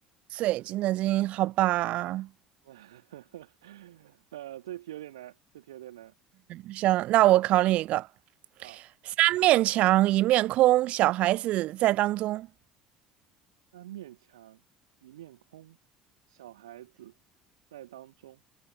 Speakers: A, on the right; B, on the right.
A: 水晶的晶，好吧。
B: <laughs> 呃，这题有点难，这题有点难。
A: 行，那我考你一个：
B: 好，
A: 三面墙，一面空，小孩子在当中。
B: 三面墙，一面空，小孩子在当中。